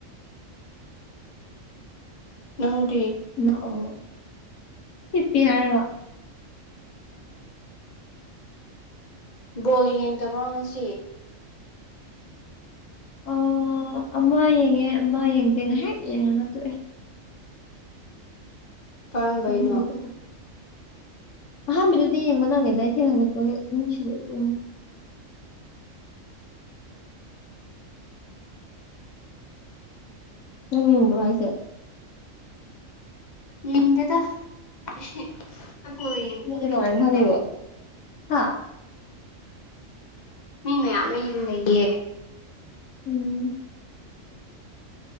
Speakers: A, on the left; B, on the left.
A: ꯅꯪꯗꯤ
B: ꯅ ꯑꯣ ꯍꯤꯞꯄꯤ ꯍꯥꯏꯔꯒ
A: <unintelligible> ꯕꯣꯜ ꯌꯦꯡꯗꯕ꯭ꯔꯣ ꯉꯁꯤ
B: ꯑꯥ ꯑꯃ ꯌꯦꯡꯉꯦ ꯑꯃ ꯌꯦꯡꯗꯦ ꯉꯥꯏꯍꯥꯛ ꯌꯦꯡꯉꯒ ꯇꯣꯛꯑꯦ
A: ꯀꯔꯝꯕꯩꯅꯣ
B: <unintelligible> ꯑꯍꯥꯟꯕꯩꯗꯨꯗꯤ ꯌꯦꯡꯕ ꯅꯪꯉꯦꯗ ꯑꯩ ꯊꯦꯡꯉꯥ <unintelligible> ꯅꯪ ꯌꯦꯡꯕ꯭ꯔꯣ ꯍꯥꯏꯁꯦ
A: ꯌꯦꯡꯗꯦꯗ ꯑꯩ ꯑꯩ ꯕꯣꯜ ꯌꯦꯡꯕ
B: ꯑꯗꯨꯗꯤ
A: ꯍꯩꯇꯦ
B: ꯀꯃꯥꯏꯅ ꯈꯪꯉꯤꯕ
A: ꯍꯥꯏꯕ
B: ꯍꯥ
A: ꯃꯤ ꯃꯌꯥꯝ ꯑꯃ ꯌꯦꯡꯃꯤꯟꯅꯩꯌꯦ
B: ꯎꯝ